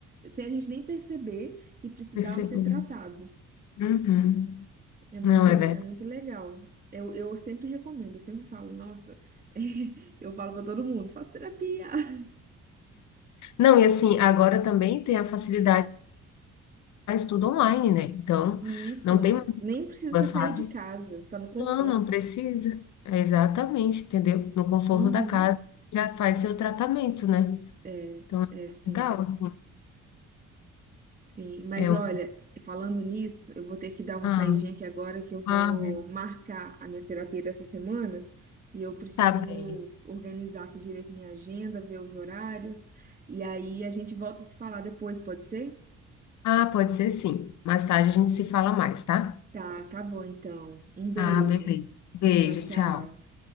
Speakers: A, on the right; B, on the left.
A: sem a gente nem perceber que precisava
B: Percebi.
A: ser tratado.
B: Uhum,
A: É muito,
B: não é verdade.
A: é muito legal. Eu, eu sempre recomendo, eu sempre falo, nossa, <laughs> eu falo pra todo mundo, faça terapia. <laughs>
B: Não, e assim, agora também tem a facilidade de estudo online, né? Então,
A: E isso,
B: não tem
A: nem precisa
B: mais,
A: você sair
B: sabe?
A: de casa, tá no conforto.
B: Não, não precisa. É exatamente, entendeu? No conforto
A: Uhum.
B: da casa, já faz seu tratamento, né?
A: É,
B: Então, é
A: é sim,
B: legal, assim.
A: sim. Mas
B: É
A: olha,
B: um...
A: falando nisso, eu vou ter que dar uma
B: Ah,
A: saidinha aqui agora que eu vou
B: ah, beleza.
A: marcar a minha terapia dessa semana e eu preciso
B: Tá bem.
A: organizar aqui direito minha agenda, ver os horários e aí a gente volta a se falar depois, pode ser?
B: Ah, pode ser sim. Mais tarde a gente se fala mais, tá?
A: Tá, tá bom então. Um beijo.
B: Ah, beleza. Beijo,
A: Tchau, tchau.
B: tchau.